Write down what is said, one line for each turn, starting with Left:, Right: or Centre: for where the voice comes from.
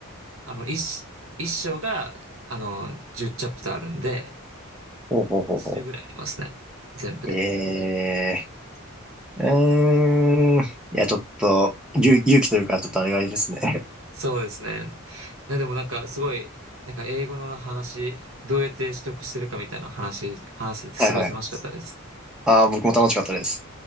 Right: あの、1、一章が、あの、10チャプターあるんで、
Centre: ほうほうほうほう。
Right: 80ぐらいありますね。全部で。
Centre: ええー、うーん。いや、ちょっと、勇、
Right: はい
Centre: 勇気というか、ちょっとあれがいいですね。
Right: そうですね。ね、でもなんかすごい、なんか英語の話、どうやって取得してるかみたいな話、話せてすごい楽しかったです。
Centre: <laughs> はいはい。ああ、僕も楽しかったです。